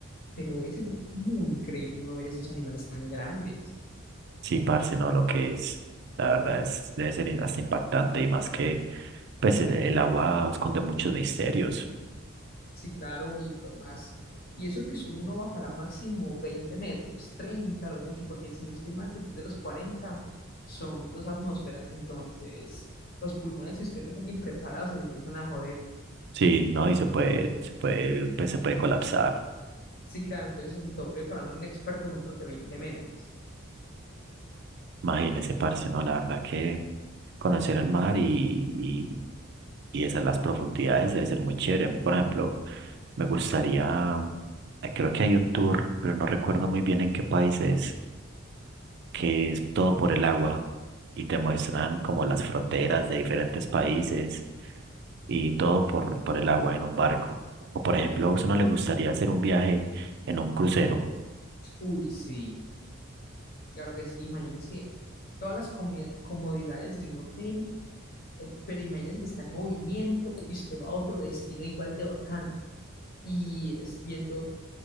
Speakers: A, on the left (about 45°); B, on the right (about 55°).
A: pero debe ser muy increíble uno ver esos animales tan grandes.
B: Sí, parce, no, lo que es, la verdad es, debe ser hasta impactante y más que, pues el, el agua esconde muchos misterios,
A: Sí, claro, y pues, más. Y eso que solo uno bajará máximo 20 metros, 30 lo mucho, porque si no estoy mal, después de los 40 son dos atmósferas, entonces los pulmones, si usted no es alguien preparado, se le empiezan a joder.
B: sí, ¿no? Y se puede, se puede, pues se puede colapsar.
A: Sí, claro, entonces el tope para un inexperto son creo que veinte metros.
B: Imagínese, parce, no, la verdad que conocer el mar y, y, y esas las profundidades debe ser muy chévere. Por ejemplo, me gustaría, eh, creo que hay un tour, pero no recuerdo muy bien en qué país es, que es todo por el agua y te muestran como las fronteras de diferentes países y todo por, por el agua en un barco. O por ejemplo, a uno le gustaría hacer un viaje en un crucero.
A: Uy, sí, claro que sí, imagínese todas las comi- comodidades de un hotel Eh, Pero imagínese que está en movimiento y usted va a otro destino igual de bacano. Y es viendo